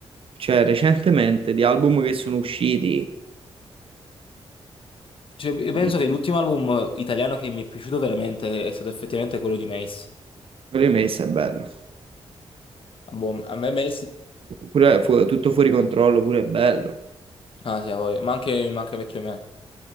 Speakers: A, on the right (about 60°); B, on the left (about 55°).
A: cioè recentemente, di album che sono usciti.
B: Cioè, io penso
A: Quello
B: che l'ultimo album italiano che mi è piaciuto veramente è stato effettivamente quello di Mace.
A: di Messa è bello.
B: Boh, a me Mace...
A: Pure, fu- tutto fuori controllo, pure è bello.
B: Ah sì, a voi. Ma anche, ma anche vecchio me.